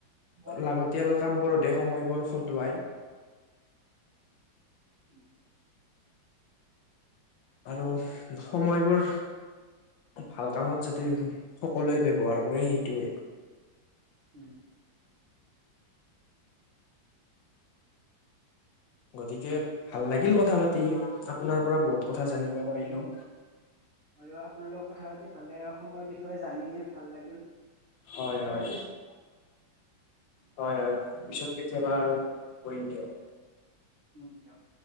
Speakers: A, on the right; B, on the left.
A: কৰে
B: লাগতিয়াল কামবোৰতে সময়বোৰ খটুৱাই
A: উম
B: আৰু সময়বোৰ ভাল কামত যাতে সকলোৱে ব্যৱহাৰ কৰে সেইটোৱে
A: উম
B: গতিকে ভাল লাগিল কথা আপোনাৰ পৰা বহুত কথা জানিব পাৰিলো।
A: আপোনাৰ লগত কথা পাতি ভাল লাগে। আৰু অসমৰ বিষয়ে জানি কিনে ভাল লাগিল।
B: হয়
A: ইয়াৰ
B: হয়
A: পিছত
B: হয়, আৰু পিছত কেতিয়াবা আৰু কৰিম দিয়ক।
A: দিয়ক